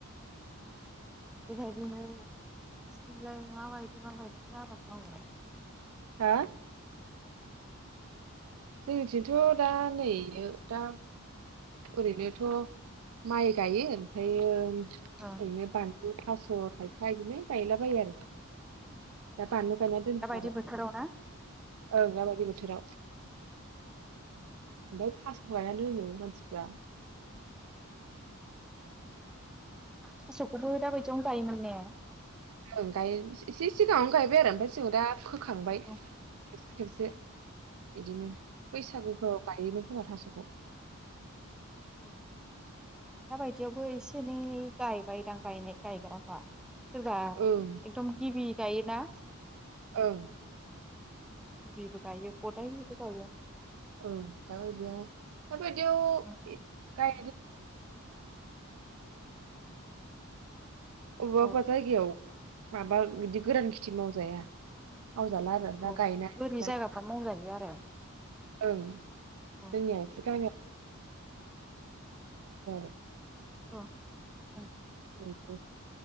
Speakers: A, in the centre; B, on the right.
A: <unintelligible>
B: हो जोंनिथिंथ' दा नैयो ओरैनोथ' माइ गायो ओमफायो
A: अ
B: <unintelligible> थास' थाइखा इदिनो गायलाबायो आरो। दा
A: ए
B: बानलु गायना दोनदों
A: दाबायदि
B: आरो
A: बोथोराव
B: ओं
A: ना
B: दा बायदिबानो थोराव
A: <inaudible>
B: ओमफ्राय फासखौ गायना दोनो मानसिफ्रा। <unintelligible>
A: थास'खौबो दाबायदियावनो गायोमोन ने?
B: ओं गायो एसे सिगाङावनो गायबाय आरो ओमफ्राय सिङाव दा खोखांबाय
A: औ
B: खेबसे खेबसे इदिनो बैसागुफ्राव गायोमोन खोमा थास'खौ
A: औ दाबायदियावबो एसे एनै गायबायदां गायनाय गायग्राफ्रा। सोरबा एकदम
B: ओं
A: गिबि गायोना?
B: ओं।
A: गिबिबो गायो गदाइबो गायो।
B: औ दाबायदियाव दाबायदियाव <unintelligible>
A: औ
B: अबा अबा
A: औ
B: जायगायाव माबा बिदि गोरान खेथि मावजाया। मावजाला आरो दा
A: औ
B: गायनाय फुनाय
A: बोरै जायगाफ्रा मावजायो आरो?
B: ओं
A: औ
B: जोंनिया एसे गा <unintelligible>
A: अ औ।
B: <unintelligible>